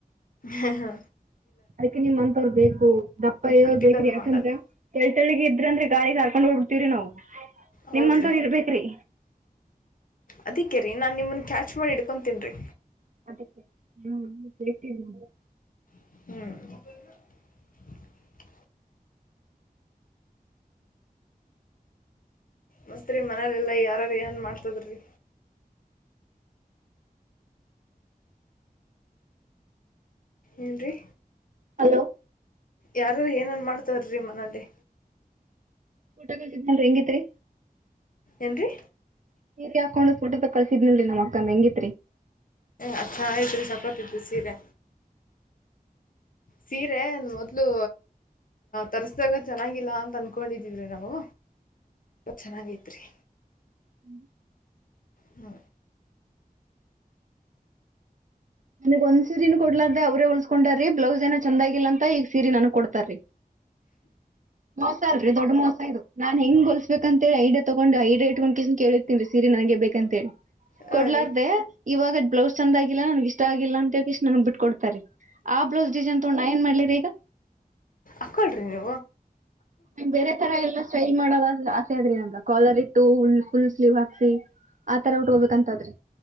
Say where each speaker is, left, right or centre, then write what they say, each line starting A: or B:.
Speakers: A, on the left; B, on the right.
A: ಹಾ ಹಾ
B: ಅದಕ್ಕೆ ನಿಮ್ಂತವ್ರ ಬೇಕು ದಪ್ಪ ಇವ್ರ
A: ಕ್ರಿಟಿಕಲ್
B: ಬೇಕ್ರಿ ಯಾಕಂದ್ರ
A: ಮಾಡೋದು
B: ತಳ್ ತಳಗ ಇದ ಂದ್ರಿ ಗಾಳಿಿಗೆ ಹಾರ್ಕೊಂಡ್ ಹೋಗ್ಬ ಬಿಡ್ತವ್ರಿ ನಾವವು
A: ಹೌದು
B: ನಿಮ್ಮಂತವ್ರ ಇರ್ಬೇಕೇ್ರಿ
A: ಅದಕ್ಕೆೇ ರೀ ನಾನು ನಿಮ್ಮನ್ನ ಕ್ಯಾಚ್ ಮಾಡಿ ಹಿಡ್ಕೊತೀನ್ಿ ರರಿ
B: ಅದಕ್ಕೆೇಳ್ತಿದಿ ನಗೆ
A: ಹ್ಮ್ ಮಸ್ತ್ರಿ ಮನೇಲೆಲ್ಲಾ ಯಾರಾರ ಏನ್ ಮಾಡ್ತದ್ರಿ
B: ಅ
A: ಏನ್ ರರಿ
B: ಹಲೋ
A: ಯಾರು ಏನನ್ ಮಾಡ್ತಾರ್ರಿ ಮನಲಿ
B: ಫಊಟಲ್ಿದನ್ಿ ಹೆಂಗಿತ್ರಿ
A: ಏನ್ರಿ
B: ನೀ ಹಾಕೊಂಡು ಫೋ ತ ಕಳಸಿದಿಲ್ರಿ ನಮ್ಮಕ್ಕ ಹೆಂಗಿ
A: ಅ ಚಾ ಐತ್ರಿ ಸಪತ್ತತ್ತುು ಸೀರೆ ಸೀರೆ ಮೊದ್ಲು ತರ್ಸ್ದಾಗ ಚೆನ್ನಾಗಿಲ್ಲ ಅಂತ ಅನ್ಕೊಂಡಿದಿದ್ರಿ ನಾವು ಚೆನ್ನಾಗತ್ರಿ
B: ಹ್ಮ್
A: ಹ್ಮ
B: ನನಗ್ ಒಂದ್ ಸೀನ ಕೊಡ್ಲಾರ್ದ ಅವ್ರೇ ಉಳಲ್ಸ್ಕೊಂಡ್ರೀ ಬ್ಲೌಸ್ ಏನೋ ಚಂದಾಗಿಲ್ಲ ಅಂತ ಈಗ ಸೀರಿ ನನ್ಗ್ ಕೊಡ್ತಾರೀ ಮೋಸ ಆರಿ ದೊಡ್ಡ ಮೋಸ ಆ ನಾನ್ ಹೆಂಗ್ ಹೊಲ್ಸ್ಬೇಕಂತ ಹೇಳಿ ಐ ತಗೊಂಡ್ ಐ ರೇಟ್ಕೊಂಡ್ ಕಿಸನ್ ಕೇಳಿರ್ತನ್ರಿ ಸೀರಿ ನನ್ಗೆ ಬೇಕಂತ ಹೇಳಿ
A: ಹಾ
B: ಕೊಡ್ಲಾರ್ದೆ
A: ರೀ
B: ಇವಾಗ ಬ್ಲೌಸ್ ಚಂದ ಆಗಲ್ಲ ನನ್ಗೆ ಇಷ್ಟ ಆಗಿಲ್ಲ ಅಂತ ಹೇಳಿ ಇಷ್ಟ ನನ್ಗ್ ಬಿಟ್ ಕೊಡ್ತಾರೆ ಆ ಬ್ಲೌಸ್ ಡಿಸೈನ್ ತೋಣ ಏನ್ ಮಾಡ್ಲಿದಿದೆ ಈಗ
A: ಆಳರಿ ನೀ
B: ್ ಬೇರೆ ತರ ಎಲ್ಲಾ ಸ್ಟೈಲ್ ಮಾಡೋದ ಆಸೆ ಅ್ರಿ ನಮ್ಗ ಕಾಲರ್ ಇಟ್ಟುಲ್ ಫುಲ್ ಸ್ಲೀವ್ ಹಾಕ್ಸಿ ಆತರ ಉಟ್ಕೋಬೇಕಂತದ್ರಿ